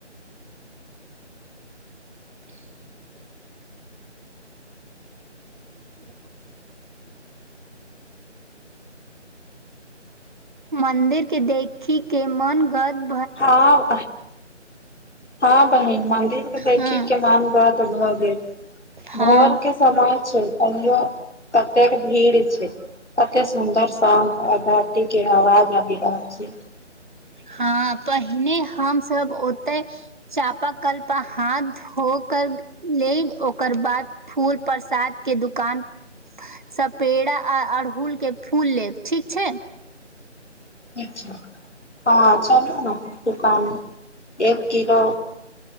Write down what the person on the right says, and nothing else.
<inaudible> <inaudible> मन्दिर के देखी के मनगद।
हँ
हँ
हँ पहिने हमसभ ओते। चापा कल्पा हाथ धो कर लेब ओकर बाद। फूल प्रसाद के दुकान। सपेड़ा आ अड़हुल के फूल लेब ठीक छै।